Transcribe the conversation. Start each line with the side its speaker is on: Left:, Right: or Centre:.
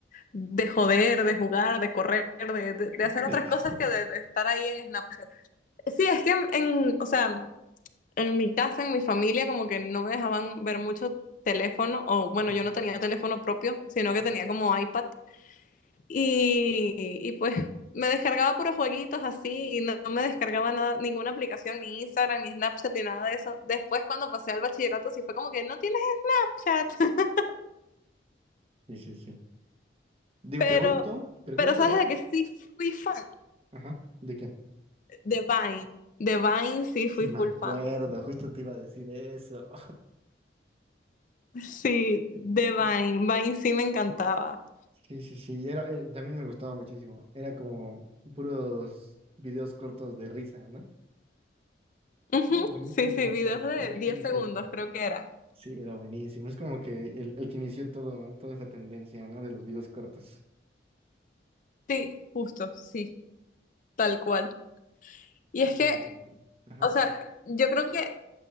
Left: de joder, de jugar, de correr, de, de- de hacer
Right: <laughs>
Left: otras cosas que de, de estar ahí en Snapchat. Sí, es que en, en- o sea, en mi casa, en mi familia, como que no me dejaban ver mucho teléfono, o bueno,
Right: Ujú.
Left: yo no tenía teléfono propio, sino que tenía como iPad. Y, y pues me descargaba puros jueguitos así y no, no me descargaba nada, ninguna aplicación, ni Instagram, ni Snapchat, ni nada de eso. Después cuando pasé al bachillerato sí fue como que no tienes Snapchat, <laughs>
Right: Sí, sí, sí. Digo,
Left: pero,
Right: pregunto, pregunto
Left: pero sabes
Right: de eso.
Left: de que sí fui fan
Right: Ajá, ¿de qué?
Left: de Vine. De Vine sí
Right: Sí,
Left: fui
Right: me
Left: full
Right: acuerdo,
Left: fan.
Right: justo te iba a decir eso.
Left: Sí, de Vine.
Right: <laughs>
Left: Vine sí me encantaba.
Right: Sí, sí, sí, era, eh, también me gustaba muchísimo. Era como puros videos cortos de risa, ¿no?
Left: Ujú,
Right: Era buenísimo,
Left: Sí, sí, videos
Right: era buenísimo.
Left: de 10 segundos creo que era.
Right: Sí, era buenísimo. Es como que el, el que inició todo, toda esa tendencia, ¿no? De los videos cortos.
Left: Sí, justo, sí, tal cual. Y
Right: Sí.
Left: es que
Right: Ajá.
Left: O sea, yo creo que